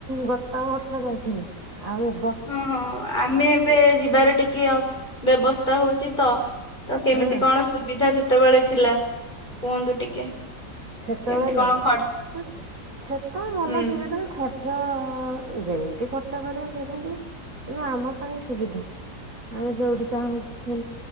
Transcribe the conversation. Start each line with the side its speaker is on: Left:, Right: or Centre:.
Right: ଗତ ବର୍ଷ ଯାଇଥିନି। ଆଉ ଏବେ
Left: ହଁ ହଁ ଆମେ ଏବେ ଯିବାର ଟିକେ ବ୍ୟବସ୍ଥା ହଉଚି ତ ତ କେମିତି
Right: ହଁ
Left: କଣ ସୁବିଧା ସେ ସେତେବେଳେ ଥିଲା କୁହନ୍ତୁ ଟିକେ?
Right: ସେତେବେଳେ
Left: କେମିତି କଣ ଖର୍ଚ୍ଚ
Right: ନା ସେତେବେଳେ ଭଲ
Left: ହୁଁ
Right: ସୁବିଧା ଖ ଖର୍ଚ ଯେମିତି ଖର୍ଚ୍ଚ କରିବା ସେମିତି କିନ୍ତୁ ଆମ ପାଇଁ ସୁବିଧା। ଆମେ ଯୋଉଠି ଚାହୁଁ